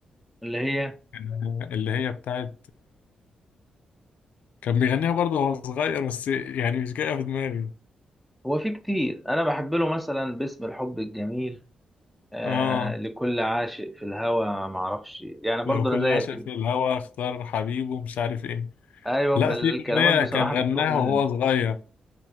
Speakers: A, in the centre; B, on the left (about 80°).
A: اللي هي
B: آه، اللي هي بتاعت كان بيغنيها برضه وهو صغير بس يعني مش جاية في دماغي
A: هو في كتير أنا بحب له مثلا باسم الحب الجميل آه
B: اه
A: لكل عاشق في الهوى معرفش يعني
B: لو
A: برضه
B: كل
A: أنا زيك
B: عاشق
A: ال-
B: في الهوى اختار حبيبه مش عارف ايه
A: أيوة
B: لا
A: ب- الكلمات
B: في أغنية
A: بصراحة
B: كان غناها
A: بتتوه مني
B: وهو صغير